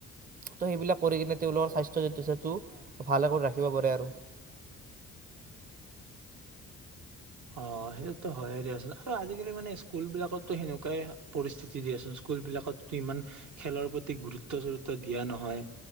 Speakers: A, on the right; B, on the right.
A: ত' সেইবিলাক কৰি কিনে তেওঁলোকৰ স্বাস্থ্য যিটো সেইটো ভালে কৰি ৰাখিব পাৰে আৰু
B: অ সেই ত হয়য়ে দিয়াচোন আৰু আজিকালি মানে স্কুল বিলাকতো সেনেকুৱাই পৰিস্থিতি দিয়াচোন স্কুল বিলাকত ইমান খেলৰ প্ৰতি গুৰুত্ব চৰুত্ব দি দিয়া নহয়